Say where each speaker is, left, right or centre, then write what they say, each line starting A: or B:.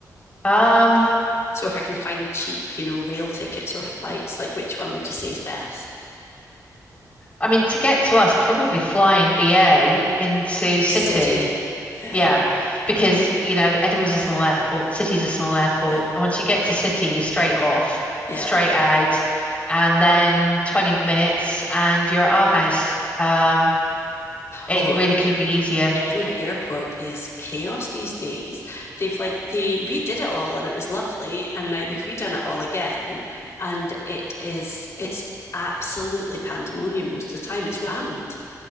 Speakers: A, on the left; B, on the left.
A: um,
B: So if I can find cheap, you know, rail tickets or flights, like which one would you say is best?
A: I mean, to get to us, probably flying BA into city
B: City. Yeah.
A: Yeah, because you know Edinburgh's a small airport, City's a small airport.
B: Yeah,
A: And once you get to City, you're straight off,
B: yeah.
A: straight out, and then 20 minutes, and you're at our house. Um, it
B: Although
A: really couldn't be easier,
B: Edinburgh Airport is chaos these days. They've like they redid it all and it was lovely, and now they've redone it all again, and it is it's absolutely pandemonium most of the time. It's rammed.